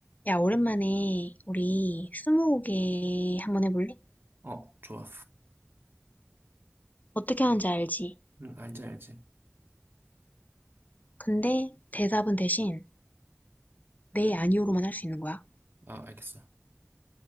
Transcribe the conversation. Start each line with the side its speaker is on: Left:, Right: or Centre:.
Left: 야, 오랜만에 우리 스무고개 한번 해볼래?
Right: 어, 좋아.
Left: 어떻게 하는지 알지?
Right: 응, 알지, 알지.
Left: 근데 대답은 대신 네, 아니오로만 할 수 있는 거야.
Right: 아, 알겠어.